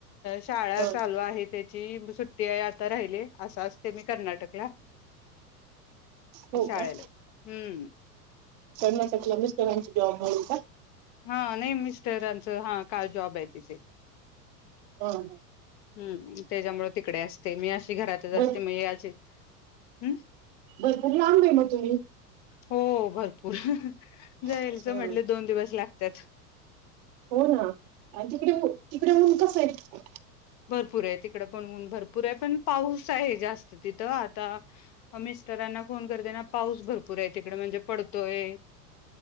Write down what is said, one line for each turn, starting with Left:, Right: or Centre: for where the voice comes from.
Left: शाळा
Right: ह
Left: चालू आहे त्याची सुट्टी आहे आता राहिली- असं असते मी कर्नाटकला-
Right: हो
Left: शाळेला
Right: का?
Left: हम्म
Right: कर्नाटकला मिस्टरांची जॉब- हो का?
Left: हा, नाही मिस्टरांचं हा काय जॉब आहे तिथे-
Right: हम ह.
Left: हम्- त्याच्यामुळे तिकडे असते मी- घरातच
Right: बर,
Left: असते मग अशी हम्म
Right: भरपूर लांब आहे मग तुम्ही-
Left: हो भरपूर. जायचं
Right: हा
Left: म्हटले दोन दिवस ला- तेच -
Right: हो ना आणि तिकडे- तिकडे ऊन कसय? हो
Left: भरपूर आहे, तिकडं पण भरपूर आहे पण पाऊस आहे जास्त तिथ- आता, मिस्टरांना फोन <unintelligible> पाऊस भर- बरंय तिकडे म्हणजे पडतोय,